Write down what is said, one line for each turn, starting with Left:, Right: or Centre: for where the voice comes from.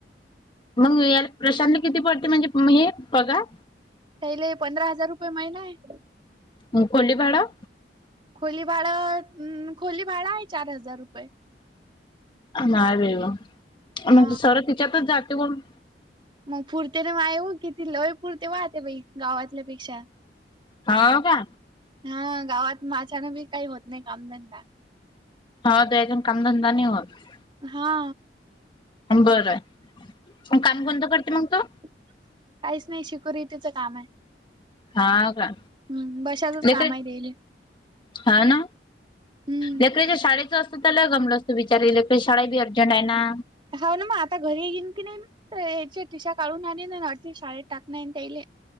Left: मग याला प्रशांत किती पडते म्हणजे हे पगार?
Right: त्याले पंधरा हजार रुपये महिना आहे.
Left: मग कोळी भाडं.
Right: खोली भाड खोली भाडं आहे चार हजार रुपये.
Left: नाही बाग
Right: हा
Left: सर तिच्यातच जाते हुन.
Right: मग पुरते ना मा हो कि ती लय पुरते वाहते बाई गावातल्या पेक्षा.
Left: हाव का?
Right: हा‌. गावात माझ्यानं बी काही होत नाही कामधंदा.
Left: हा. तुझ्यातून कामधंदा नाही होत.
Right: हा.
Left: बरं आहे. मग काम कोणत करते मग तो.
Right: काहीच नाही शिकुरीतीचं काम हाय.
Left: हा का
Right: हम्म. बशातच
Left: लेकरे
Right: काम आहे ते.
Left: हा ना.
Right: हम्म
Left: लेकराच्या शाळेचं असतं तरला गमलं असतो बिचारी लकड शाळा बी अर्जंट आहे ना.
Right: हा ना म आता घरी येईन की नाही मग. तर याच्या टिशा काढून आण ना अ शाळेत टाकणार त्याले.